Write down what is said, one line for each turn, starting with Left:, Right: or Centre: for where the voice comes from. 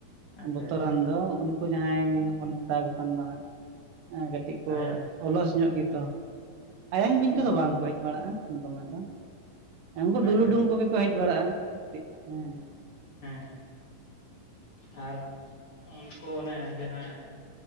Left: ᱟᱪᱪᱷᱟ
Right: ᱵᱚᱛᱚᱨᱟᱱ
Left: ᱟᱪᱪᱷᱟ
Right: ᱫᱚ ᱩᱱᱠᱩ ᱡᱟᱦᱟᱸᱭ ᱵᱚᱱ ᱢᱮᱛᱟᱠᱚ ᱠᱟᱱ ᱫᱚ ᱦᱟᱸᱜ, ᱠᱟᱹᱴᱤᱡ ᱠᱚ
Left: ᱟᱭᱟᱝ
Right: ᱚᱞᱚᱥ ᱧᱚᱜ ᱜᱮᱛᱚ, ᱟᱭᱟᱝ ᱵᱤᱧ
Left: ᱚ
Right: ᱠᱚᱫᱚ
Left: ᱦᱚᱸ
Right: ᱵᱟᱝᱠᱚ ᱦᱮᱡ ᱵᱟᱲᱟᱜᱼᱟ ᱫᱚᱢᱮ ᱫᱚ᱾ ᱩᱱᱠᱩ
Left: ᱚᱱᱮ
Right: ᱰᱩᱞᱩᱰᱩᱝ ᱠᱚᱜᱮ ᱠᱚ ᱦᱮᱡ ᱵᱟᱲᱟᱜᱼᱟ ᱠᱟᱹᱴᱤᱡ ᱦᱮᱸ,
Left: ᱦᱮ ᱦᱮ ᱩᱱᱠᱩ ᱚᱱᱮ ᱡᱟᱦᱟᱭ